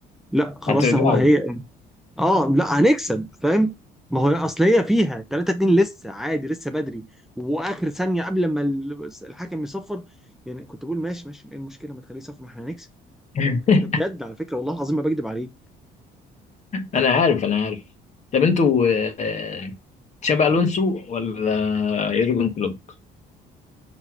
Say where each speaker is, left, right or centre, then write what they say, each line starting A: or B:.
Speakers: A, in the centre; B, on the left.
A: لا خلاص
B: هترجعوا
A: هو هي اه لا هنكسب فاهم ما هو اصل هي فيها 3 2 لسه عادي لسه بدري واخر ثانيه قبل ما ال- الحكم يصفر يعني كنت بقول ماشي ماشي ايه المشكله ما تخليه يصفر ما احنا هنكسب
B: <laughs>
A: فاهم ده بجد على فكره والله العظيم ما بكذب عليه
B: انا عارف انا عارف طب انتوا آه، تشابي الونسو ولا يورجن كلوب